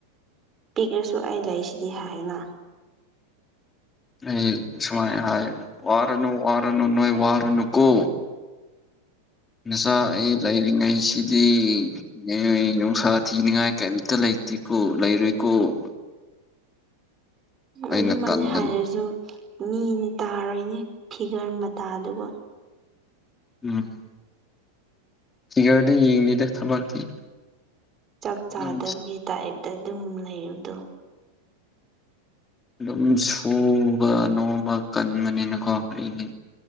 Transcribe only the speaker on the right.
ꯄꯤꯛꯂꯁꯨ ꯑꯩ ꯂꯩꯁꯤꯗꯤ ꯍꯥꯏꯌꯨꯅ꯫
ꯑꯗꯨꯃꯥꯏꯅ
ꯍꯥꯏꯔꯖꯨ ꯃꯤꯅ ꯇꯥꯔꯣꯏꯅꯦ ꯐꯤꯒꯔ ꯃꯇꯥꯗꯨꯒ꯫
ꯆꯥꯛ ꯆꯥꯗꯕꯒꯤ
ꯇꯥꯏꯞꯇ ꯑꯗꯨꯝ ꯂꯩꯔꯕꯗꯣ꯫